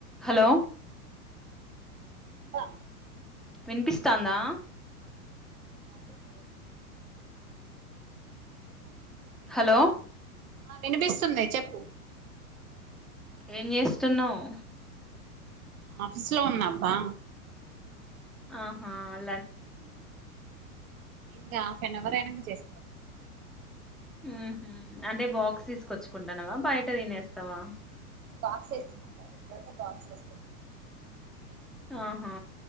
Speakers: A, in the centre; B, on the right.
A: హలో
B: అక్క
A: వినిపిస్తాందా
B: స
A: హలో
B: హా వినిపిస్తుంది చెప్పు
A: ఏం చేస్తున్నావ్
B: ఆఫ్స్ లో ఉన్నాబ్బా
A: ఆహా అ
B: ఇంకా హాఫ్ ఏన్ అవర్ అయినాక చేస్
A: ఉహు అంటే బాక్స్ తీసుకొచ్చుకుంటానవా బయట తినేస్తావా
B: బాక్స్ వేకుంటారు రెగులర్ గా బాక్స్ తే
A: ఆహా